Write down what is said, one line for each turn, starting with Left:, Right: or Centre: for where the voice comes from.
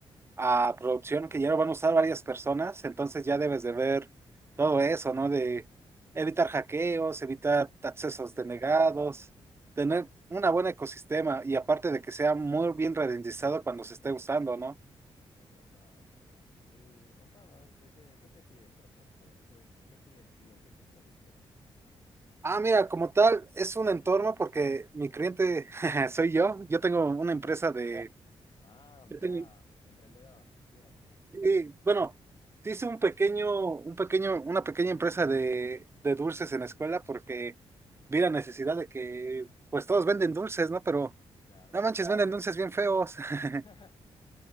Right: a producción, que ya lo van a usar varias personas, entonces ya debes de ver todo eso, ¿no? De evitar hackeos, evitar accesos
Left: claro, claro.
Right: denegados, tener
Left: Ujú,
Right: un buen ecosistema y aparte de que sea muy bien ralentizado cuando se esté usando, ¿no?
Left: Es verdad, es verdad. Y contame, a ver, ¿de qué, qué te pide el proyecto? ¿Qué, qué pide el cliente? ¿Qué es lo que quiere?
Right: Ah, mira, como tal, es un entorno porque mi cliente <laughs> soy yo, yo tengo una empresa
Left: <laughs>
Right: de...
Left: Ah, mirá,
Right: Yo tengo
Left: emprendedor. Bien.
Right: Y bueno, sí hice un pequeño, un pequeño, una pequeña empresa de, de dulces en la escuela porque vi la necesidad de que, pues todos venden dulces, ¿no? Pero
Left: Claro,
Right: no
Left: sí,
Right: manches,
Left: sí.
Right: venden dulces bien feos. <laughs>
Left: <laughs>